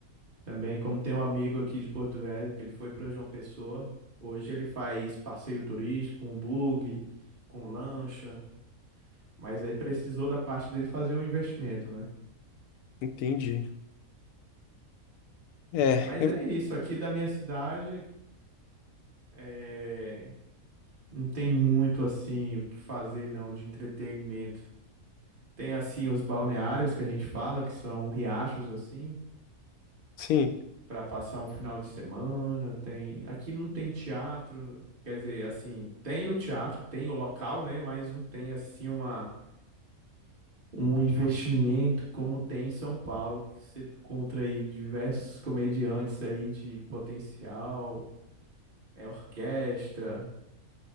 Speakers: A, on the right; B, on the left.
A: Também, como tem um amigo aqui de Porto Velho, que ele foi para João Pessoa, hoje ele faz passeio turístico, com bug, com lancha, mas aí precisou da parte dele fazer um investimento, né?
B: Entendi. É,
A: Mas
B: eu,
A: é isso, aqui da minha cidade é... não tem muito assim o que fazer não de entretenimento. Tem assim os balneários que a gente fala, que são riachos assim,
B: sim.
A: para passar um final de semana, tem, aqui não tem teatro, quer dizer, assim, tem o teatro, tem o local, né, mas não tem assim uma um investimento como tem em São Paulo, que você encontra aí diversos comediantes aí de potencial, é orquestra,